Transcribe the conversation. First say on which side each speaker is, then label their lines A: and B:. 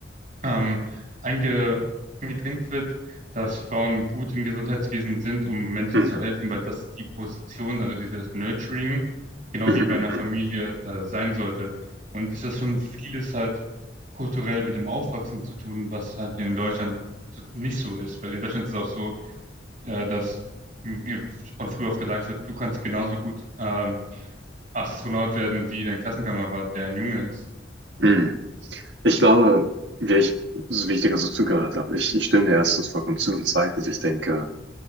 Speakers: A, on the right; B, on the right.
A: ähm, einge eingedrängt wird, dass Frauen gut im Gesundheitswesen sind, um Menschen
B: mhm,
A: zu helfen, weil das die Position, also dieses Nurturing, genau
B: mhm,
A: wie
B: mhm,
A: bei einer Familie, äh, sein sollte. Und es ist schon vieles halt kulturell mit dem Aufwachsen zu tun, was halt in Deutschland so- nicht so ist, weil in Deutschland ist es auch so, äh, dass mh, von früh auf gesagt wird, du kannst genauso gut ähm, Astronaut werden wie dein Klassenkamerad, der ein Junge ist.
B: mhm. mhm. Ich glaube, wäre ich so wichtig, dass ich zugehört habe. Ich, ich stimme dir erstens vollkommen zu und zweitens, ich denke,